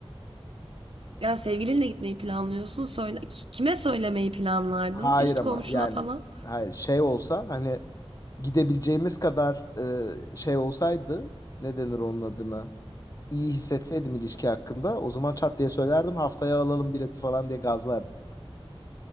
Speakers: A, on the right (about 65°); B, on the left (about 35°).
A: Ya sevgilinle gitmeyi planlıyorsun. Söyle, ki- kime söylemeyi planlardın?
B: Hayır
A: Üst
B: ama
A: komşuna
B: yani
A: falan?
B: hayır şey olsa hani gidebileceğimiz kadar e, şey olsaydı ne denir onun adına? İyi hissetseydim ilişki hakkında o zaman çat diye söylerdim haftaya alalım bileti falan diye gazlardım.